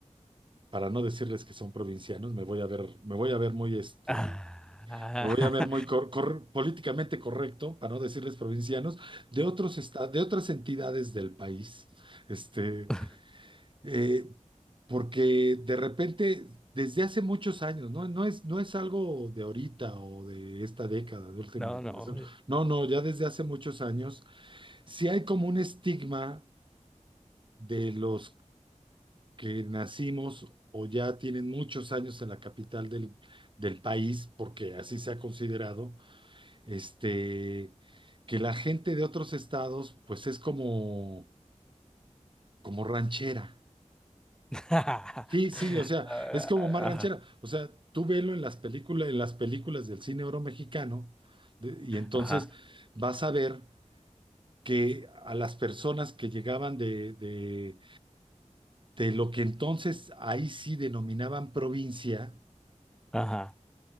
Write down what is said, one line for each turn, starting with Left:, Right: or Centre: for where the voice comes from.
Right: Para no decirles que son provincianos, me voy a ver, me voy a ver muy este,
Centre: Ah,
Right: me voy a ver muy cor- cor- políticamente correcto, para no decirles provincianos, de otros esta- de otras entidades del país. Este,
Centre: <laughs>
Right: Eh, porque de repente, desde hace muchos años, ¿no? No es, no es algo de ahorita o de esta década, de última,
Centre: no,
Right: de
Centre: no.
Right: las- no, no, ya desde hace muchos años, sí hay como un estigma de los que nacimos o ya tienen muchos años en la capital del, del país, porque así se ha considerado, este, que la gente de otros estados, pues es como, como ranchera.
Centre: <laughs>
Right: Sí, sí, o sea,
Centre: Ah,
Right: es como
Centre: ah,
Right: más ranchera. O sea, tú velo en las películas, en las películas del cine oro mexicano, de- y entonces
Centre: Ajá,
Right: vas a ver que a las personas que llegaban de, de, de lo que entonces ahí sí denominaban provincia,
Centre: ajá.